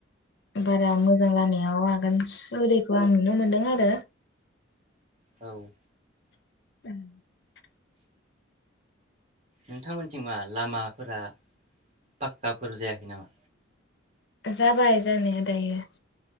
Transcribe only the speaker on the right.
औ <unintelligible>
नोंथांमोनथिं मा लामाफोरा पाक्काफोर जायाखै नामा?